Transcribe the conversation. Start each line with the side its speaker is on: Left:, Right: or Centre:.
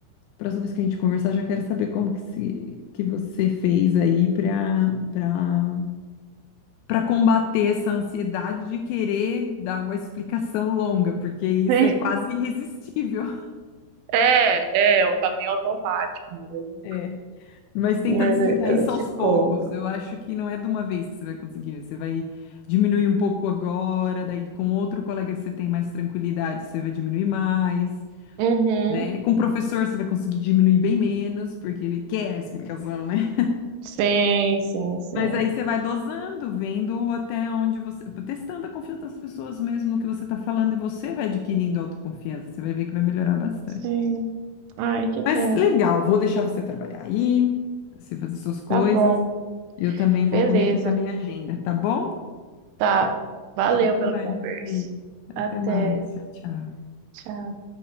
Left: Próxima vez que a gente conversar, já quero saber como que, se, que você fez aí para para Para combater essa ansiedade de querer dar uma explicação longa, porque isso
Right: né?
Left: é quase irresistível.
Right: É, é, o caminho automático mesmo.
Left: É. Mas tenta
Right: Mas
Left: desligar
Right: eu
Left: isso
Right: eu te
Left: aos poucos.
Right: conto.
Left: Eu acho que não é de uma vez que você vai conseguir. Você vai diminuir um pouco agora, daí com outro colega que você tem mais tranquilidade, você vai diminuir mais,
Right: Uhum.
Left: né? Com o professor você vai conseguir diminuir bem menos, porque ele quer a explicação, né?
Right: Sim, sim, sim.
Left: Mas aí você vai dosando, vendo até onde você, testando a confiança das pessoas mesmo no que você está falando e você vai adquirindo autoconfiança. Você vai ver que vai melhorar bastante.
Right: Sim. Ai, que
Left: Mas
Right: bom.
Left: legal, vou deixar você trabalhar aí, você fazer suas coisas.
Right: Tá bom.
Left: Eu também vou
Right: Beleza.
Left: correr aqui com a minha agenda, tá bom?
Right: Tá. Valeu
Left: Até
Right: pela
Left: mais,
Right: conversa.
Left: Gabi. Até
Right: Até.
Left: mais. Tchau, tchau.
Right: Tchau.